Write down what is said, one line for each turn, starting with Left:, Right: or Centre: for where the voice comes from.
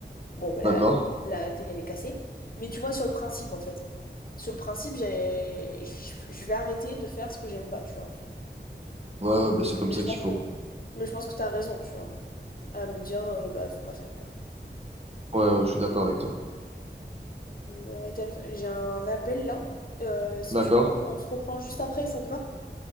Left: Bon, bah, la,
Right: d'accord.
Left: la télé, elle est cassée. Mais tu vois, sur le principe, en fait. Sur le principe, j'ai, je je vais arrêter de faire ce que j'aime pas, tu vois.
Right: Ouais, ouais, bah c'est comme
Left: Et
Right: ça
Left: je pense
Right: qu'il faut.
Left: que, mais je pense que t'as raison, tu vois, à me dire, euh, bah, il faut pas faire, quoi.
Right: Ouais, ouais, je suis d'accord avec toi.
Left: Bon, Ethan, j'ai un appel là. Euh, si
Right: D'accord.
Left: tu veux, on se reprend juste après, ça te va?